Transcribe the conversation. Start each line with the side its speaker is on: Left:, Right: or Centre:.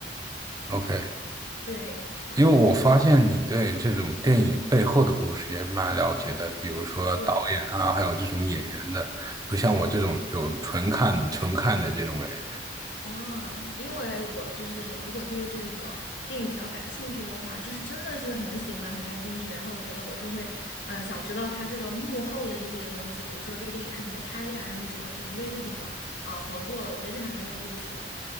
Right: OK。
Left: 对对
Right: 因为我发现你对这种电影背后的故事也蛮了解的，比如说导演啊，
Left: 对，
Right: 还有这种演员的，不像我这种就纯看纯看的这种人。
Left: 啊，因为我就是如果对这个电影比较感兴趣的话，就是真的是很喜欢、很感兴趣。然后我觉得我是会，呃，想知道他这个幕后的一些东西，比如说这个电影是怎么拍的呀，然后你整个团队是怎么呃合作的，我觉得这还蛮有意思的。